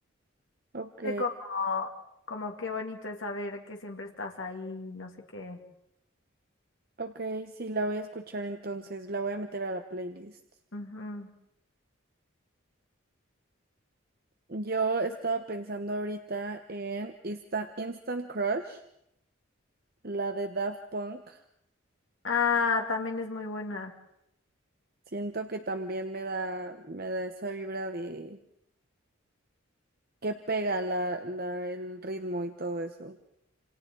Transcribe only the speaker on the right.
Ok,
ok, sí, la voy a escuchar entonces, la voy a meter a la playlist.
Yo estaba pensando ahorita en Insta- Instant Crush, la de Daft Punk.
Siento que también me da, me da esa vibra de que pega la, la, el ritmo y todo eso.